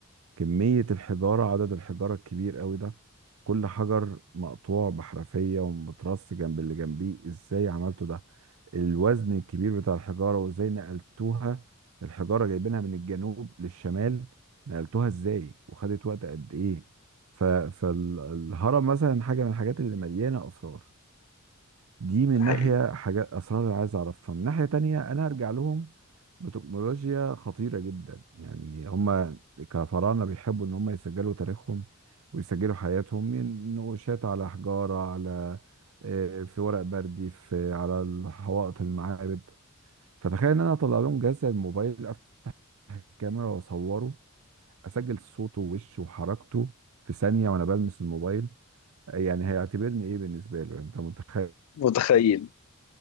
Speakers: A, on the right; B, on the left.
A: كمية الحجارة عدد الحجارة الكبير قوي ده كل حجر مقطوع بحرفية ومترص جنب اللي جنبيه ازاي عملتوا ده الوزن الكبير بتاع الحجارة وازاي نقلتوها الحجارة جايبينها من الجنوب للشمال نقلتوها ازاي وخدت وقت قد ايه ف... فالهرم مثلا حاجة من الحاجات اللي مليانة أسرار دي من
B: ده حقيقي
A: ناحية حاجات أسرار اللي عايز أعرفها من ناحية تانية أنا أرجع لهم بتكنولوجيا خطيرة جدا يعني هما كفراعنة بيحبوا إن هما يسجلوا تاريخهم ويسجلوا حياتهم من نقوشات على حجارة على آه، في ورق بردي في على الحوائط المعابد فتخيل إن أنا أطلع لهم جهاز زي الموبايل أفتح الكاميرا وأصوره أسجل صوته ووشه وحركته في ثانية وأنا بلمس الموبايل يعني هيعتبرني إيه بالنسبة له يعني أنت متخيل
B: متخيل